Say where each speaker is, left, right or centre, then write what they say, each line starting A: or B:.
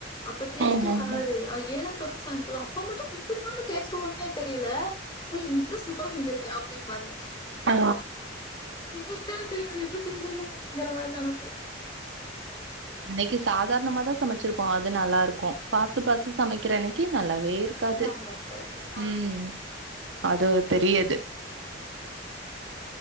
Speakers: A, on the left; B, on the right.
A: அப்ப டேஸ்டே
B: ம்ஹும்
A: வராது ஏனோ <unintelligible> சமைப்பம்ல அப்ப மட்டு எப்டிதா அந்த டேஸ்ட் வருன்னே தெரில தா இன்னைக்கு சூப்பர் செஞ்சுருக்கே அப் யேபாயே
B: ஆ
A: எங்களுக்குதானே தெரியு அது எப்டி செஞ்சானு அடிங்கிற மாரி நெனப்பு
B: அடைக்கு சாதாரணமா தா சமைச்சிருப்போ அது அது நல்லா இருக்கு பார்த்து பார்த்து சமைக்கிற அன்னைக்கு நல்லா வே இருக்காது
A: நல்லா இருக்காது ஆ
B: ம் அது ஒரு பெரியது